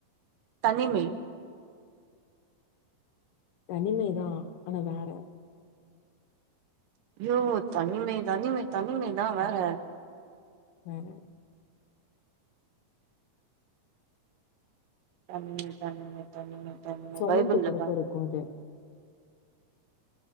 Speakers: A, on the right; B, on the left.
A: தனிமை
B: தனிமைதான் ஆனா வேற
A: யோ தனிமை தனிமை தனிமைதான் வேற
B: வேற
A: தனிமை தனிமை தனிமை தனிமை
B: சவுண்டு
A: பைபிள்ல
B: கொடுக்குரகும்
A: பாரு
B: அது